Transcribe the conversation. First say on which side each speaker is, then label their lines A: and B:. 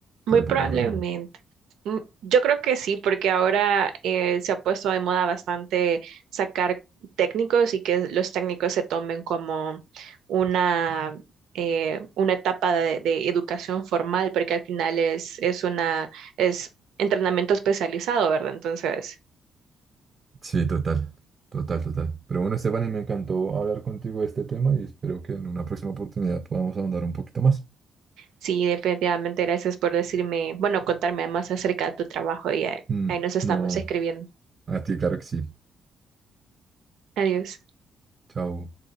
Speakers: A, on the right (about 80°); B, on the right (about 35°).
A: Muy
B: pero
A: probablemente.
B: por ahora no.
A: Mm, Yo creo que sí, porque ahora eh, se ha puesto de moda bastante sacar técnicos y que los técnicos se tomen como una, eh, una etapa de, de educación formal, porque al final es, es una, es entrenamiento especializado, ¿verdad? Entonces,
B: Sí, total, total, total. Pero bueno, Esteban, y me encantó hablar contigo de este tema y espero que en una próxima oportunidad podamos ahondar un poquito más.
A: sí, definitivamente gracias por decirme, bueno, contarme más acerca de tu trabajo y ahí,
B: Mm,
A: ahí nos estamos
B: no,
A: escribiendo.
B: a ti, claro que sí.
A: Adiós.
B: Chao.